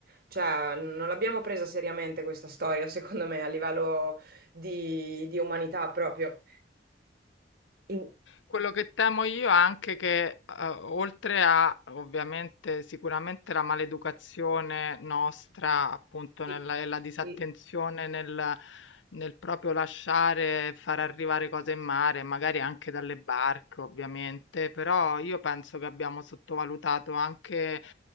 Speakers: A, on the right (about 55°); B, on the left (about 80°).
A: Cioè, non l'abbiamo presa seriamente questa storia, <laughs> secondo me, a livello di, di umanità proprio. In-
B: Quello che temo io è anche che, eh, oltre a ovviamente sicuramente la maleducazione nostra, appunto,
A: Sì,
B: nella, e la disattenzione
A: sì.
B: nel, nel proprio lasciare far arrivare cose in mare, magari anche dalle barche, ovviamente, però io penso che abbiamo sottovalutato anche